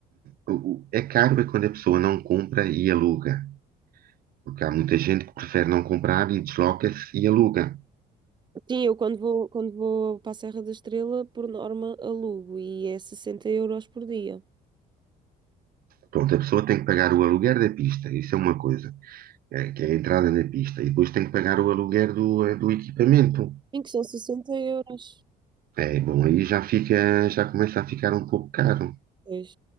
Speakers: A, on the right (about 60°); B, on the right (about 25°).
A: o- é caro é quando a pessoa não compra e aluga, porque há muita gente que prefere não comprar e desloca-se e aluga.
B: Sim, eu quando vou, quando vou para a Serra da Estrela, por norma, alugo e é 60 euros por dia.
A: Pronto, a pessoa tem que pagar o aluguer da pista, isso é uma coisa, eh, que é a entrada na pista, e depois tem que pagar o aluguer do, eh, do equipamento.
B: Em que são sessenta euros.
A: É, bom, aí já fica, já começa a ficar um pouco caro.
B: Pois,